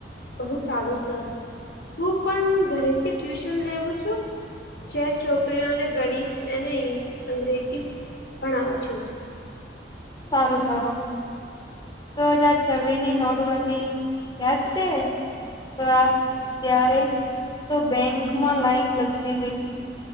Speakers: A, on the left; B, on the left.
A: બહુ સારું છે. હું પણ ઘરેથી ટ્યુશન લેવું છું. જે છોકરીઓને ગણિત અને અંગ્રેજી ભણાવું છું.
B: સારું, સારું. તો બે હજાર છવ્વીસ ની નોટબંધી યાદ છે. તો ત્યારે તો બેંકમાં લાઈન લગતી રહી.